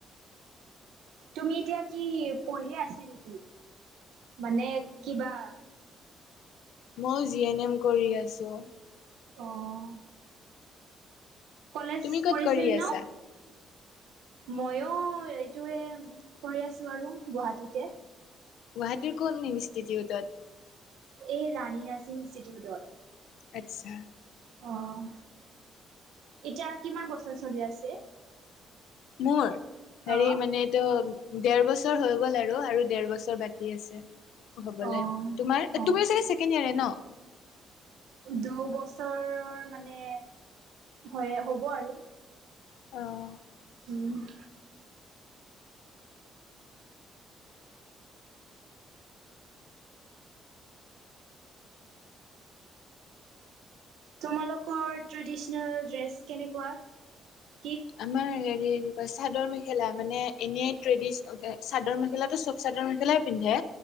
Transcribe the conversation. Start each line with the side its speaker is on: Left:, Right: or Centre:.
Right: তুমি এতিয়া কি পঢ়ে আছা নেকি মানে কিবা
Left: মই জি এন এম কৰি আছোঁ।
Right: অ <inaudible> কলেজ
Left: তুমি ক'ত
Right: পঢ়িছিল
Left: কৰি
Right: ন
Left: আছা?
Right: ময়ো এইটোৱে কৰি আছো আৰু গুৱাহাটীতে
Left: গুৱাহাটীৰ কোন ইনষ্টিটিউটত <inaudible>
Right: এই ৰাণী নাৰ্ছিং ইনষ্টিউটত
Left: আচ্ছা
Right: অ' এতিয়া কিমান বছৰ চলি আছে <inaudible>
Left: মোৰ হেৰি
Right: অ
Left: মানে এইটো দেৰ বছৰ হৈ গ'ল আৰু আৰু দেৰ বছৰ বাকী আছে <inaudible> হবলে
Right: অ
Left: তোমাৰ
Right: অ
Left: তুমি চাগে ছেকেণ্ড ইয় ন
Right: দুবছৰৰ মানে হয় হ'ব আৰু
Left: অ'
Right: উম <inaudible> তোমালোকৰ ট্ৰেডিচনেল ড্ৰেছ কেনেকুৱাত <inaudible>
Left: আমাৰ হেৰি চাদৰ মেখেলা মানে এনেই ট্ৰেডিছ চাদৰ মেখেলাটো চব চাদৰ মেখেলাই পিন্ধে